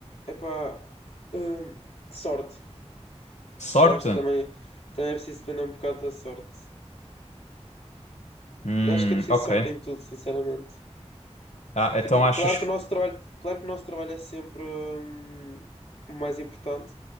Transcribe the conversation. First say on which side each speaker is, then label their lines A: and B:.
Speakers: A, on the left; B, on the left.
A: Epá, hum, sorte.
B: Sorte?
A: Eu acho que também, também é preciso depender um bocado da sorte.
B: Hum,
A: Eu acho que é preciso
B: ok.
A: sorte em tudo, sinceramente.
B: Ah, então
A: Tipo,
B: achas
A: claro que
B: que...
A: o nosso trabalho, claro que o nosso trabalho é sempre hum, o mais importante,